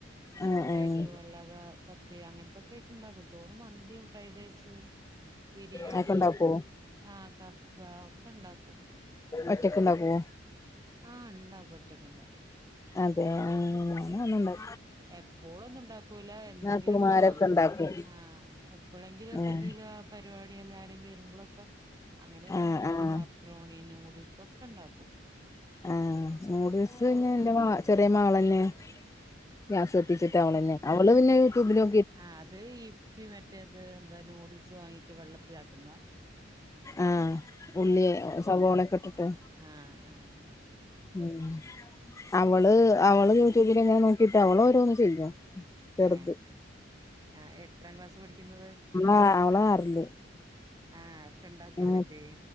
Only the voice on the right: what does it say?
ചോറായ്റ്റോ
അല്ലാതാ പത്തി അങ്ങൻത്തൊക്കൊയ്റ്റ്ണ്ടാക്കു ചോറും മന്ത്യും ഫ്രൈഡേഴ്സ് ബിരിയാണി
ആഹ് കഫ്സ ഒക്കെണ്ടാക്കും
ആഹ് ണ്ടാക്കുഒറ്റക്ക്ണ്ടാ
എപ്പോളൊന്നുണ്ടാക്കൂല എന്തെങ്കിലുക്കെ
ആഹ്
ആഹ് എപ്പഴെങ്കിലുക്കെന്തെലാ
പരിവാടി എല്ലാരും വരുമ്പോളൊക്കെ അങ്ങനെയൊക്കെണ്ടാകും
പിന്നെ മാക്രോണി നൂഡിൽസ് ക്കെണ്ടാക്കും
ആ അത് ഇപ്പി മറ്റേത് എന്താ നൂഡിൽസ് വാങ്ങിട്ട് വെള്ളത്തില് ആക്കുന്ന.
ആഹ് ആഹ്
ഉം
ഏഹ് ആഹ് എത്രാം ക്ലാസ് പഠിക്കുന്നത്
ആഹ് ഒക്കെ ഉണ്ടാക്കും
എന്നിട്ട്